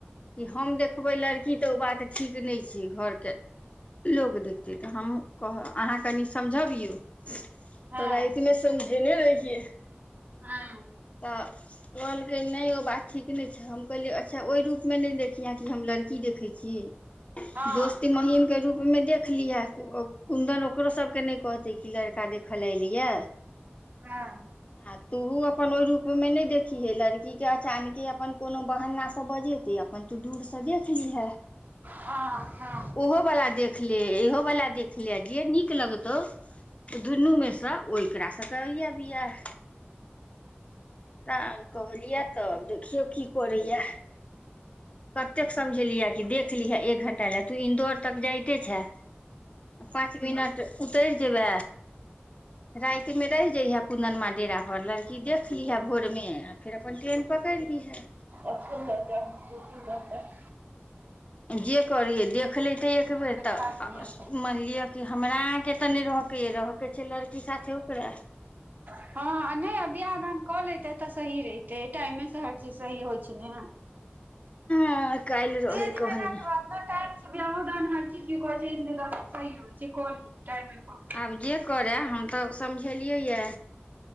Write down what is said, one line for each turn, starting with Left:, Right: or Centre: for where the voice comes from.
Left: कि हम देखबै लड़की तऽ ओ बात ठीक नहि छियै घर के लोग देखतै अहाँ कनि समझबियौ तऽ
Right: हँ
Left: राति मे समझेने रहियए
Right: हँ
Left: तऽ कहलकै नहि ओ बात ठीक नहि छै हम कहलियै अच्छा ओहि रूप मे नहि देखिहें कि हम लड़की देखैछी
Right: हँ
Left: दोस्ती महीम के रूपमे देख लिये कुन्दन ओकरो सभके नहि कहतै कि लड़का देख ले एयलै यए
Right: हँ
Left: आ तूहु अप अपन ओहि रूप मे नहि देखीेहै लड़की के अचानके अपन कोनो बहन्ना से बजेतै अपन तू दूर सँ देख लिहे
Right: हँ हँ
Left: ओहो बला देख ले इहो बला देख ले आ जे नीक लगतौ तऽ दुनूमे सँ ओ एकरा सँ करिहे बियाह तऽ कहलियै तब देखियौ की करैये कतेक समझलियै कि देख लीहे एक घंटा लए तू इन्दौर तक जाइते छे पाँच मिनट उतरि जेबै राति मे रहि जैहे कुन्दनमा डेरा पर लड़की देख लीहे भोरमे फिर अपन ट्रेन पकड़ि लिहे
Right: अचन जाै ब <unintelligible>
Left: जे करियै देख लैते एक
Right: हँ
Left: बेर तऽ मानि लिअ कि हमरा अहाँके तऽ नहि रहऽके अय रहऽके छै लड़की साथे ओकरा
Right: हँ नहि बियाह दान कऽ लेते तऽ सही रहिते टाइमे से हर चीज सही होइ छै ने
Left: हँ काल्हि रहै
Right: एज
Left: कहनी
Right: भेला के बाद ने बियाहो दिन हर चीज के कहै छै सही होइ छै क लिय टाइमे पर
Left: आब जे करय हम तऽ समझेलियै यए